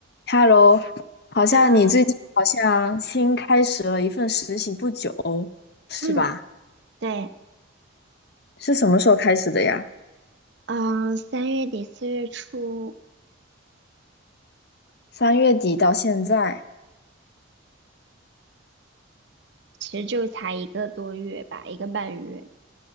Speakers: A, on the left; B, on the right.
A: Hello，好像你最近好像新开始了一份实习不久，
B: Hello，
A: 是吧？
B: 嗯，对，
A: 是什么时候开始的呀？
B: 嗯，三月底四月初，
A: 三月底到现在，
B: 其实就才一个多月吧，一个半月。